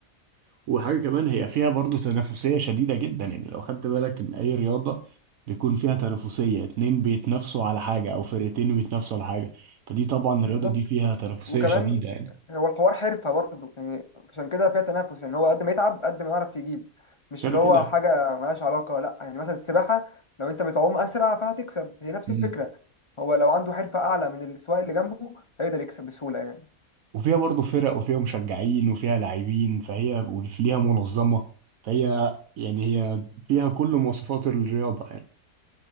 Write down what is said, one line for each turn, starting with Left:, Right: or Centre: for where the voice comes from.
Right: وحاجة كمان هي فيها برضو تنافسية شديدة جدا يعني لو خدت بالك من أي رياضة بيكون فيها تنافسية اتنين بيتنافسوا على حاجة أو فرقتين بيتنافسوا على حاجة فدي طبعا الرياضة
Left: بالظبط
Right: دي فيها تنافسية
Left: وكمان
Right: شديدة يعني
Left: هو الحوار حرفة برضه يعني عشان كده فيها تنافس يعني هو قد ما يتعب قد ما يعرف يجيب مش
Right: كده
Left: اللي هو
Right: كده
Left: حاجة ملهاش علاقة لا يعني مثلا السباحة لو انت بتعوم أسرع فهتكسب هي نفس
Right: مم.
Left: الفكرة هو لو عنده حرفة أعلى من السواق اللي جنبه هيقدر يكسب بسهولة يعني
Right: وفيها برضو فرق وفيها مشجعين وفيها لاعبين فهي وليها منظمة فهي يعني هي فيها كل مواصفات الرياضة يعني